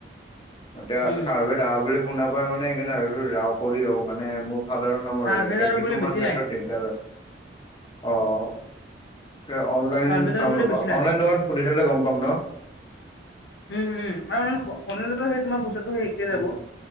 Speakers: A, on the left (about 25°); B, on the left (about 65°).
A: এতিয়া
B: উম
A: চাৰ্ভে অহা বুলি শুনা পাই মানে সেইকাৰণে যাওঁ কৰি আহো মানে। সাধাৰণ নামৰ
B: চাৰ্ভেত
A: এতিয়া
B: আৰু
A: কিছুমান
B: বোলে বেছি
A: ক্ষেত্ৰত
B: লাইন
A: দিগদাৰ অহ এ অনলাইন
B: চাৰ্ভেত আৰু
A: চাম
B: বোলে
A: ৰ'বা
B: বেছি লাইন
A: অনলাইন দোকান সুধি চালে গম পাম ন।
B: উম উম আৰু অলাইন হব সেই তোমাৰ বস্তু, একে যাব
A: উম।